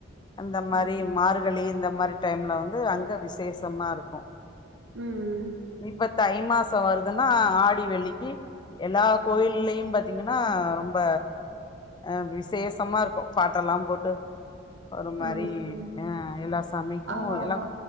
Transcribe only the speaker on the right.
ஓகே
ம் ம்
ம் ம்
ஆமா
ஆமா